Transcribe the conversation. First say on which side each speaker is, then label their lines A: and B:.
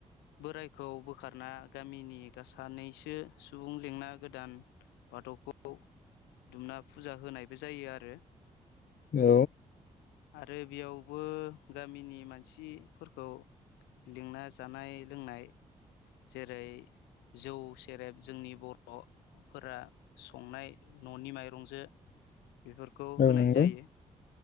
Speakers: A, on the left (about 85°); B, on the left (about 60°).
A: बोरायखौ बोखारना गामिनि <unintelligible> सानैसो सुबुं लेंना गोदान बाथौखौ दुमना फुजा होनायबो जायो आरो।
B: औ।
A: आरो बेयावबो गामिनि मानसिफोरखौ लिंना जानाय लोंनाय जेरै जौ सेरेब जोंनि बर'फोरा संनाय न'नि माइरंजों
B: <inaudible>
A: बेफोरखौ
B: औ
A: होनाय
B: नंगौ
A: जायो